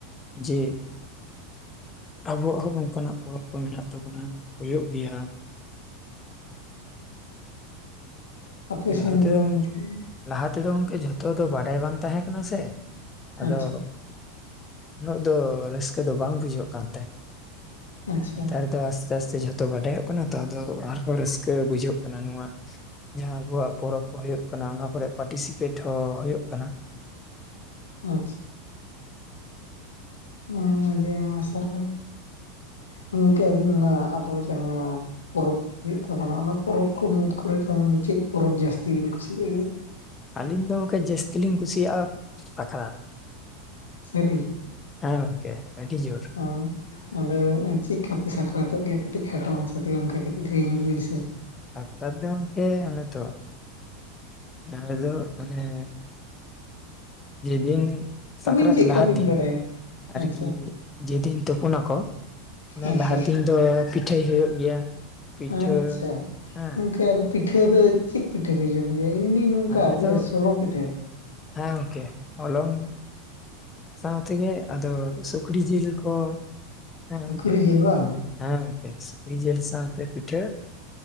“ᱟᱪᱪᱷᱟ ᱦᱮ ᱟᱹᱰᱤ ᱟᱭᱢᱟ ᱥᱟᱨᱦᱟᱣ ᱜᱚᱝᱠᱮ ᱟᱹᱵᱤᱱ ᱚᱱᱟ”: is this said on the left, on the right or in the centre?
Left